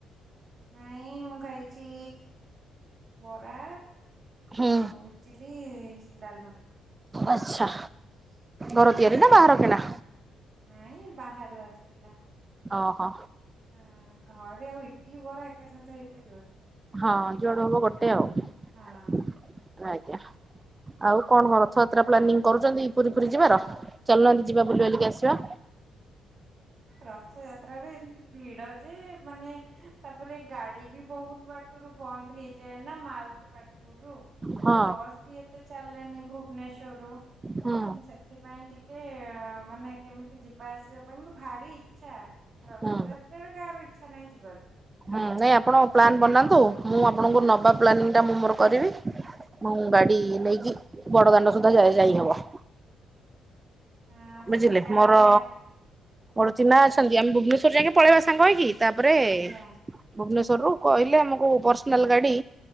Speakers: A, on the right; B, on the right.
A: ନାଇଁ ମୁଁ ଖାଇଚି ବରା
B: ହୁଁ
A: ଆଉ ଇଟିଲି, ଡାଲମା।
B: ଆଚ୍ଛା,
A: ହୁଁ
B: ଘର ତିଆରି ନା ବାହାର କିଣା?
A: ନାଇଁ ବାହାରୁ ଆସିଥିଲା।
B: ଓହୋ
A: ହଁ, ଘରେ ଆଉ ଇଟଲିି ବରା ଏକା ସହିତ ହେଇପାରିବ କି?
B: ହଁ, ଯୁଆଡୁ ହବ ଗୋଟେ ଆଉ
A: ହଁ
B: ଆଜ୍ଞା। ଆଉ କଣ ହ ରଥଯାତ୍ରା ପ୍ଲାନିଂ କରୁଚନ୍ତି ପୁରୀ ଫୁରୀ ଯିବାର। ଚାଲୁନାହାନ୍ତି ଯିବା ବୁଲି ବାଲିକି ଆସିବା।
A: ରଥଯାତ୍ରାରେ ଏମିତି ଭିଡ ଯେ ମାନେ। ତାପରେ ଗାଡି ବି ବହୁତ ବାଟରୁ ବନ୍ଦ ହେଇଯାଏ ନା ମାଲତିପାଟପୁରୁୁ।
B: ହଁ
A: ବସ୍ ବି ଏତେ ଚାଲେନି ଭୁବନେଶ୍ଵରରୁୁ
B: ହୁଁ
A: ଆଉ ସେ ସେଥିପାଇଁ ଟିକେ ମାନେ କେମିତି ଯିବା ଆସିବାକୁ କିନ୍ତୁ ଭାରି ଇଚ୍ଛା ରଥଯାତ୍ରାରେ
B: ହୁଁ।
A: କାହାର ଇଚ୍ଛା ନାହିଁ ଯିବାକୁ।
B: ହୁଁ ନାଇଁ ଆପଣ
A: ହଁ କିନ୍ତୁ
B: ପ୍ଲାନ୍ ବନାନ୍ତୁ, ମୁଁ ଆପଣଙ୍କୁ ନବା ପ୍ଲାନିଂ ଟା ମୁଁ ମୋର କରିବି। ମୋଉଁ ଗାଡି ନେଇକି ବଡଦାଣ୍ଡ ସୁଦ୍ଧା ଯା-ଯାଇ ହବ।
A: <unintelligible> ସେ
B: ବୁଝିଲେ
A: ଯାଙ୍କେ
B: ମୋର ମୋର ଚିହ୍ନା ଅଛନ୍ତି ଆମେ ଭୁବନେଶ୍ଵର ଯାଇକି ପଳେଇବା ସାଙ୍ଗ ହେଇକି ତାପରେ
A: ଆଜ୍ଞା
B: ଭୁବନେଶ୍ୱରରୁୁ କହିଲେ ଆମକୁ ପର୍ସନାଲ୍ ଗାଡି